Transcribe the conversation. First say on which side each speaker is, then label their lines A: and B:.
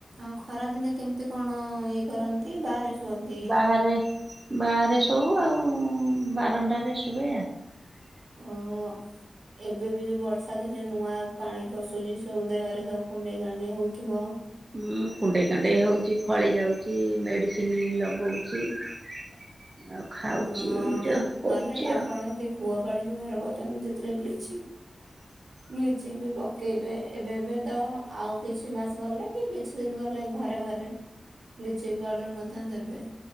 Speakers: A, on the right; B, on the right.
A: ଆଉ ଖରା ଦିନେ କେମିତି କଣ ଇଏ କରନ୍ତି ବାହାରେ ଶୁଅନ୍ତି?
B: ଘରେ ବାହାରେ ଶୋଉ ଆଉ ବାରଣ୍ଡାରେ ସୁଏ। ହ
A: ଓହୋ ଏବେ ବି ଯୋଉ ବର୍ଷା ଦିନେ ନୂଆ ପାଣି ପଶୁଛି ସବୁ ଦେହରେ ସବୁ କୁଣ୍ଡେଇ କାଣ୍ଡେଇ ହଉଥିବ।
B: ହୁଁ କୁଣ୍ଡେଇ କାଣ୍ଡେଇ ହଉଛି ଫଳି ଯାଉଛି ମେଡିସିନ ଲଗଉଛି। ଆଉ ଖାଉଛି
A: ହଁ
B: ଏମିତି କରୁଛି
A: ନହେଲେ ଆପଣ
B: ଆଉ।
A: ଯଦି କୂଅ ପାଣି ବ୍ଯବହାର କରୁଛନ୍ତି ସେତେବେଳେ ବ୍ଲିଚିଂ
B: ହ
A: ବ୍ଲିଚିଂ ବି ପକେଇବେ ଏବେ ଏବେ ତ ଆଉ କିଛି ମାସ ଗଲେ କି କିଛି ସେ ଦିନ ଗଲେ ଘରେ ଘରେ ବ୍ଲିଚିଙ୍ଗ ପାଉଡର ମଧ୍ୟ ଦେବେ।